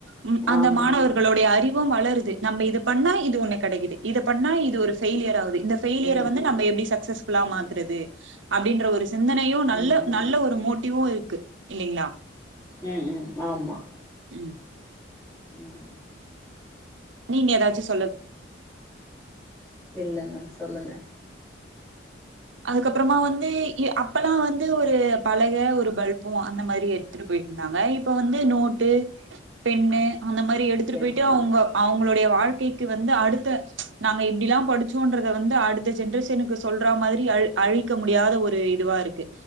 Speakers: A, on the right; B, on the left.
A: உம் அந்த
B: ஆமா
A: மாணவர்களோடைய அறி வும் வளருது நம்ம இது பண்ணா இது ஒன்னு கெடைக்குது இத பண்ணா இது ஒரு ஃபெய்லியர் ஆவுது இந்த ஃபெய்லியற
B: ம்
A: வந்து நம்ம எப்டி சக்சஸ்ஃபுல்லா
B: ம்
A: மாத்துறது அப்டின்ற ஒரு சிந்தனையு நல்ல
B: ம் ம்
A: நல்ல ஒரு மோட்டிவு இருக் க்கு இல்லிங்ளா
B: உம் உம் ஆமா
A: உம்
B: உம்
A: நீங்க ஏதாச்சு சொ
B: இல்லங்க சொல்லுங்க
A: அதுக்கப்புறமா வந்து இ அப் அப்பல்லா வந்து ஒரு பலக ஒரு பல்பு அந்த மாரி எடுத்துட்டு போய்ட்டிருந்தாங்க இப்போ வந்து நோட்டு பெண்ணு அந்த மாரி எடுத்துட்டு
B: தென்
A: போய்ட்டு அவுங்க அவுங் அவுங்களுடைய வாழ்க்கைக்கு வந்து அடுத்த ச் நாங்க இப்டில்லா படிச்சோன்றத வந்து அடுத்த ஜென்ரேஷனுக்கு சொல்றா மாதிரி ரி அழ் அழிக்க முடியாத ஒரு இதுவா இருக்கு